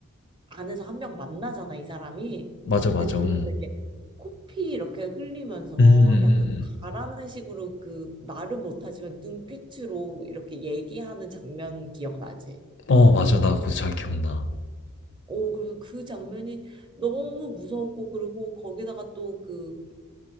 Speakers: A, on the right (about 20°); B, on the left (about 55°).
A: 안에서 한 명 만나잖아, 이 사람이.
B: 맞아, 맞아.
A: 근데 그러면서
B: 음.
A: 이렇게 코피 이렇게 흘리면서
B: 음, 음,
A: 약간
B: 음, 음.
A: 가라는 식으로 그 말은 못하지만 눈빛으로 이렇게 얘기하는 장면 기억나지?
B: 어, 맞아. 나 그거 잘 기억나.
A: 오, 그래서 그 장면이 너무 무서웠고, 그리고 거기다가 또 그